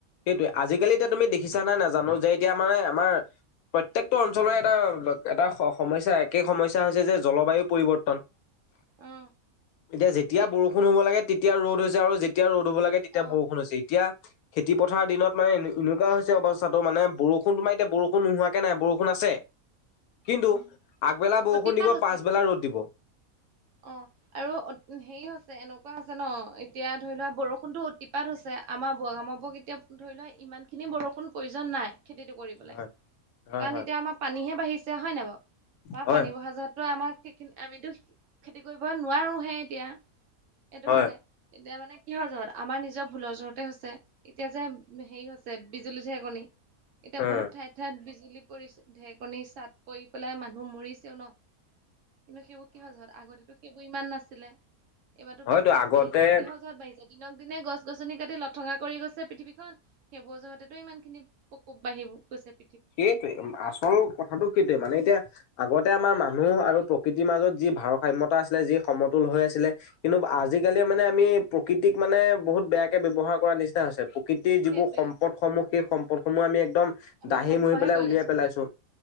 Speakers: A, on the left (about 80°); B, on the right (about 65°).
A: সেইটোৱে আজিকালি এতিয়া তুমি দেখিছা নাই নাজানো যে এতিয়া আমা আমাৰ- প্ৰত্যেকটো অঞ্চলৰ এটা এটা সমস্যা একে সমস্যা হৈছে যে জলবায়ু পৰিৱৰ্তন।
B: অ
A: এতিয়া যেতিয়া
B: সেইটোতো
A: বৰষুণ হ'ব লাগে, তেতিয়া ৰ'দ হৈছে আৰু যেতিয়া ৰ'দ ৰ'দ হ'ব লাগে তেতিয়া
B: অ
A: বৰষুণ হৈছে এতিয়া। খেতি পথাৰ দিনত মানে এনেকুৱা হৈছে, অৱস্থাটো মানে বৰষুণ তোমাৰ এতিয়া বৰষুণ নোহোৱাকে নাই বৰষুণ আছে। কিন্তু
B: অ
A: আগবেলা বৰষুণ
B: অতিপাত
A: দিব
B: হৈছে
A: পাচবেলা ৰ'দ দিব।
B: অ', আৰু হেৰি হৈছে এনেকুৱা আছে ন, এতিয়া ধৰি লোৱা বৰষুণতো অতিপাত হৈছে। আমাৰ বো আমাৰ বোৰক এতিয়া ধৰি লোৱা ইমান খিনি বৰষুণ প্ৰয়োজন নাই খেতিটো কৰিবলে।
A: হয় হয়
B: কাৰণ
A: হয়
B: এতিয়া আমাৰ পানীহে বাঢ়িছে হয় নাই বাৰু, আমাৰ
A: হয়
B: পানী বহা জগততো আমাৰ সেইখিনি আমিতো খেতি কৰিব নোৱাৰোহে এতিয়া, সেইটো
A: হয়
B: কাৰণে এতিয়া মানে কিহৰ জত আমাৰ নিজৰ ভুলৰ জোৰতে হৈছে, এতিয়া যে হেৰি হৈছে বিজুলী ধেৰকনি এতিয়া
A: উম
B: বহুত ঠাইত ঠাইত বিজ বিজলি পৰিছে ধেকনি চাট পৰি পেলাই মানুহ মৰিছেও ন, কিন্তু সেইবোৰ কি হয় জন সেইবোৰ ইমান নাছিলে, এইবাৰটো
A: হয়তো
B: বেছি
A: আগতে
B: বাঢ়িছে কিহৰজহত বাঢ়িছে। দিনক দিনে গছ গছনি কাটি লথঙা কৰি গৈছে, পৃথিৱীখন সেইবোৰ জোৰহতেটো ইমান খিনি প্ৰকোপ বাঢ়িব <unintelligible>
A: সেইটোৱে আচল কথাটো সেইটোয়ে মানে এতিয়া আগতে আমাৰ মানুহ আৰু প্ৰকৃতিৰ মাজত যি ভাৰসাম্যতা আছিলে যি সমতুল হৈ আছিলে। কিন্তু আজিকালি মানে আমি প্ৰকৃতিক মানে, বহুত বেয়াকে ব্যৱহাৰ কৰা নিচিনা হৈছে। প্ৰকৃতিৰ যিবোৰ
B: সেইটোৱে
A: সম্পদ সমূহ সেই সম্পদ সমূহ আমি একদম
B: আমি
A: দাহি
B: ধ্বংসহে
A: মহি পেলাই
B: কৰি
A: উলিয়াই
B: গৈছো
A: পেলাইছো।